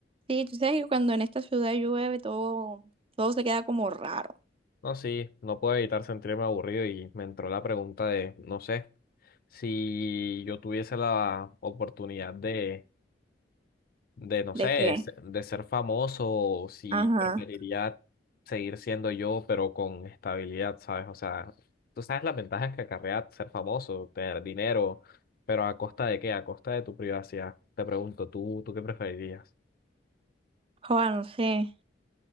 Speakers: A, on the right (about 30°); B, on the left (about 50°).
A: Sí, tú sabes que cuando en esta ciudad llueve todo, todo se queda como raro.
B: No, sí, no puedo evitar sentirme aburrido y me entró la pregunta de, no sé, si yo tuviese la oportunidad de de, no
A: ¿De
B: sé,
A: qué?
B: es- de ser famoso, o si
A: Ajá.
B: preferiría seguir siendo yo, pero con estabilidad, ¿sabes? O sea, tú sabes las ventajas que acarrea ser famoso, tener dinero, pero ¿a costa de qué? ¿A costa de tu privacidad? Te pregunto, ¿tú, tú qué preferirías?
A: Joder, no sé,